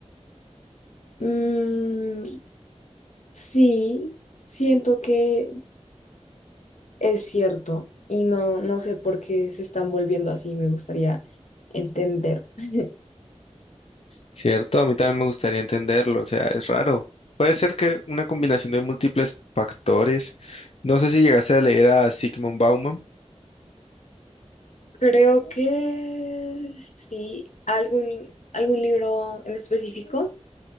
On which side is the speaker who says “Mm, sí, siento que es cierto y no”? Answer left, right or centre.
Left